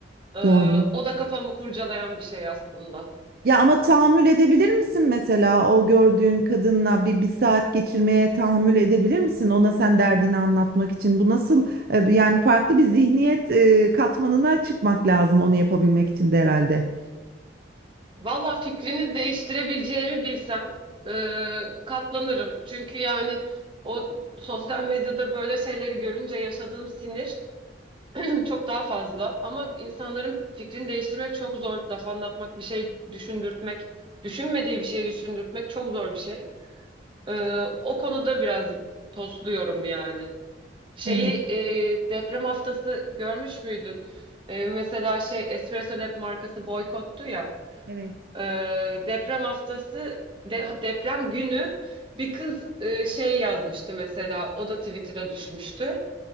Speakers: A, on the right; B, on the right.
A: Ee,
B: doğru.
A: o da kafamı kurcalayan bir şey aslında.
B: Ya ama tahammül edebilir misin mesela o gördüğün kadınla bir, bir saat geçirmeye tahammül edebilir misin? Ona sen derdini anlatmak için bu nasıl e, bir- yani farklı bir zihniyet e, katmanına çıkmak lazım onu yapabilmek için de herhalde.
A: Valla fikrini değiştirebileceğimi bilsem e, katlanırım. Çünkü yani o sosyal medyada böyle şeyleri görünce yaşadığım sinir <clears throat> çok daha fazla. Ama insanların fikrini değiştirmek çok zor. Laf anlatmak, bir şey düşündürtmek, düşünmediği bir şey düşündürtmek çok zor bir şey. E, o konuda biraz tosluyorum yani. Şeyi
B: Evet.
A: e, deprem haftası görmüş müydün? E, mesela şey Espresso Lab markası boykottu ya.
B: Evet.
A: Ee, deprem haftası de- deprem günü bir kız e, şey yazmıştı mesela o da Twitter'a düşmüştü.